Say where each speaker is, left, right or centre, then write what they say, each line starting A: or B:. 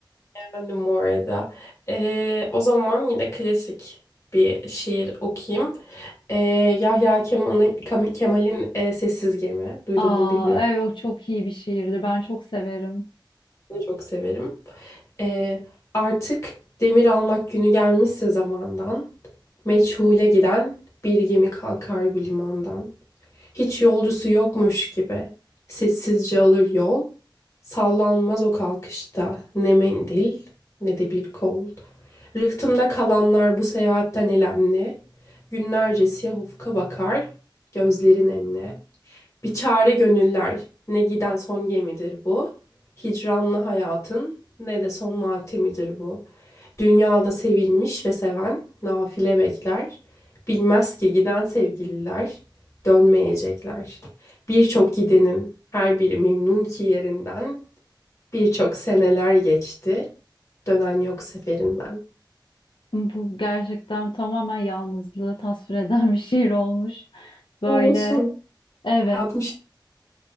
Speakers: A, on the left; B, on the left.
A: Efendim Moreda. Ee, o zaman yine klasik bir şiir okuyayım. Ee, Yahya Kemal'in Kemal'in, e, Sessiz Gemi. Duydun
B: Aa,
A: mu bilmiyorum.
B: evet o çok iyi bir şiirdir. Ben çok severim.
A: Bunu çok severim. Ee, artık demir almak günü gelmişse zamandan, meçhule giden bir gemi kalkar bu limandan. Hiç yolcusu yokmuş gibi sessizce alır yol, sallanmaz o kalkışta ne mendil ne de bir kol. Rıhtımda kalanlar bu seyahatten elemli, günlerce siyah ufka bakar, gözleri nemli. Bir çare gönüller, ne giden son gemidir bu. Hicranlı hayatın, ne de son matemidir bu. Dünyada sevilmiş ve seven, nafile bekler. Bilmez ki giden sevgililer, dönmeyecekler. Birçok gidenin, her biri memnun ki yerinden. Birçok seneler geçti, dönen yok seferinden.
B: Bu gerçekten tamamen yalnızlığı tasvir eden bir şiir olmuş. Böyle
A: Olumsuz
B: evet
A: 60'tan.